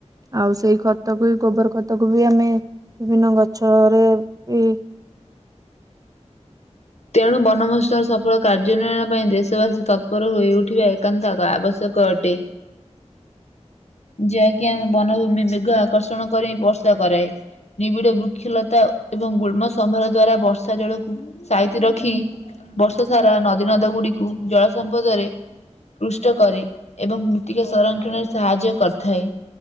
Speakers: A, on the right (about 30°); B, on the left (about 65°).
A: ଆଉ ସେଇ ଖତକୁ ଗୋବର ଖତ ତାକୁ ବି ଆମେ ବିଭିନ୍ନ ଗଛରେ ବି
B: ତେଣୁ ବନମହତ୍ସର ସଫଳ କାର୍ଯଉନ୍ୱୟନ ପାଇଁ ଦେଶବାସୀ ତତ୍ପର ହୋଇଉଠିବା ଏକାନ୍ତ ଆବଶ୍ୟକ ଅଟେ।
A: <inaudible>
B: ଯାହାକି ଆମେ ବନଭୂମି ମେଘ ଆକର୍ଷଣ କରି ବର୍ଷା କରାଏ ନିବିଡ ବୃ ବୃକ୍ଷ୍ୟଲତା ଏବଂ ଗୁଳ୍ମ ସମ୍ଭାର ଦ୍ଵାରା ବର୍ଷା ଜଳକୁ ସାଇତି ରଖି ବର୍ଷ ସାରା ନଦୀ ନଦ ଗୁଡ଼ିକୁ ଜଳ ସମ୍ପଦରେ ପୃଷ୍ଟ କରେ ଏବଂ ମୃତ୍ତିକା ସଂରକ୍ଷଣରେ ସାହାଯ୍ୟ କରିଥାଏ।